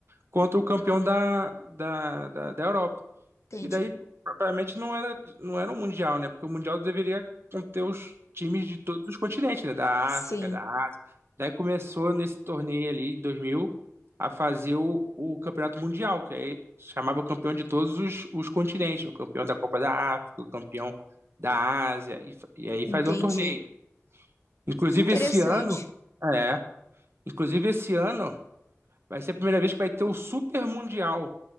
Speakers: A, on the right; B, on the left.
A: contra o campeão da, da, da, da Europa.
B: entendi.
A: E daí, propriamente, não era, não era um Mundial, né? Porque o Mundial deveria conter os times de todos os continentes, né? Da
B: Sim,
A: África, da Ásia. Daí começou nesse torneio ali, em 2000, a fazer o, o Campeonato Mundial, que aí chamava o campeão de todos os, os continentes, o campeão da Copa da África, o campeão da Ásia, e, fa- e aí
B: entendi.
A: fazer um torneio. Inclusive,
B: Que interessante.
A: esse ano. É. Inclusive, esse ano vai ser a primeira vez que vai ter o Super Mundial,